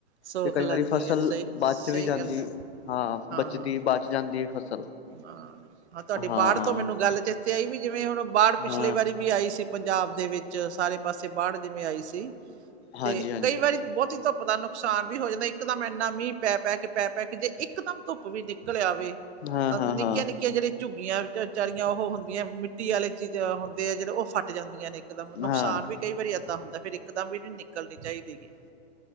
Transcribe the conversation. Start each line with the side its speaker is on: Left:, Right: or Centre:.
Right: ਸੋਖ
Left: ਤੇ ਕਈ
Right: ਲੈਂਦੀ
Left: ਵਾਰੀ ਫਸਲ
Right: ਆ ਸਹੀ,
Left: ਬਾਦ
Right: ਸਹੀ
Left: ਵੀ ਜਾਂਦੀ
Right: ਗੱਲ ਆ
Left: ਹਾਂ
Right: ਹਾਂ,
Left: ਬਚਦੀ ਬਾਦ ਜਾ ਦੀ ਫਸਲ
Right: ਹਾਂ ਹਾਂ ਤੁਹਾਡੀ
Left: ਹਾਂ
Right: ਬਾੜ ਤੋਂ ਮੈਨੂੰ ਗੱਲ ਚੇਤੇ ਆਈ ਵੀ ਜਿਵੇਂ ਹੁਣ ਬਾੜ ਪਿਛਲੀ
Left: ਹਾਂ
Right: ਵਾਰੀ ਵੀ ਆਈ ਸੀ ਪੰਜਾਬ ਦੇ ਵਿੱਚ ਸਾਰੇ ਪਾਸੇ ਬਾੜ ਜਿਵੇਂ ਆਈ ਸੀ
Left: ਹਾਂਜੀ
Right: ਤੇ
Left: ਹਾਂਜੀ
Right: ਕਈ ਵਾਰੀ ਬਹੁਤੀ ਧੁਪ ਧੁੱਪ ਦਾ ਨੁਕਸਾਨ ਵੀ ਹੋ ਜਾਂਦਾ ਇੱਕਦਮ ਇੰਨਾ ਮੀਂਹ ਪੈ ਪੈ ਕੇ ਪੈ ਪੈ ਕੇ ਜੇ ਇਕਦਮ ਧੁੱਪ ਵੀ ਨਿਕਲ ਆਵੇ
Left: ਹਾਂ ਹਾਂ
Right: ਨਿੱਕੀਆਂ
Left: ਹਾਂ
Right: ਨਿੱਕੀਆਂ ਜਿਹੜੀਆ ਝੁੱਗੀਆਂ ਚ ਚਾਰੀਆਂ ਉਹ ਹੁੰਦੀਆਂ ਮਿੱਟੀ ਵਾਲੇ ਚੀਜ਼ ਹੁੰਦੇ ਆ ਜਿਹੜੇ ਉਹ ਫੱਟ ਜਾਂਦੀਆਂ ਨੇ ਇਕਦਮ ਨੁਕਸਾਨ
Left: ਹਾਂ
Right: ਵੀ ਕਈ ਵਾਰੀ ਇਦਾਂ ਹੁੰਦਾ ਫਿਰ ਇੱਕਦਮ ਵੀ ਨੀ ਨਿਕਲਣੀ ਚਾਹੀਦੀ ਹੇਗੀ